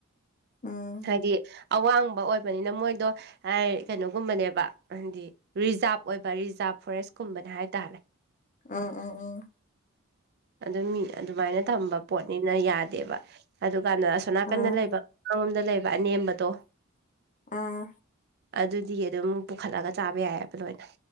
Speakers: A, on the left (about 35°); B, on the right (about 50°).
A: ꯎꯝ
B: ꯍꯥꯏꯗꯤ ꯑꯋꯥꯡꯕ ꯑꯣꯏꯕꯅꯤꯅ ꯃꯣꯏꯗꯣ ꯀꯩꯅꯣꯒꯨꯝꯕꯅꯦꯕ ꯍꯥꯏꯗꯤ ꯔꯤꯖꯥꯚ ꯑꯣꯏꯕ ꯔꯤꯖꯥꯚ ꯐꯣꯔꯦꯁ ꯀꯨꯝꯕꯅꯦ ꯍꯥꯏꯇꯥꯔꯦ
A: ꯎꯝ ꯎꯝ ꯎꯝ
B: ꯑꯗꯨꯝ ꯃꯤ ꯑꯗꯨꯃꯥꯏꯅ ꯊꯝꯕ ꯄꯣꯠꯅꯤꯅ ꯌꯥꯗꯦꯕ ꯑꯗꯨꯀꯥꯟꯗ ꯑ
A: ꯎꯝ
B: ꯀꯟꯅ ꯂꯩꯕ ꯑꯃꯉꯣꯝꯗ ꯂꯩꯕ ꯑꯅꯦꯝꯕꯗꯣ
A: ꯑꯥ
B: ꯑꯗꯨꯗꯤ ꯑꯗꯨꯝ ꯄꯨꯈꯠꯂꯒ ꯆꯥꯕ ꯌꯥꯏꯑꯕ ꯂꯣꯏꯅ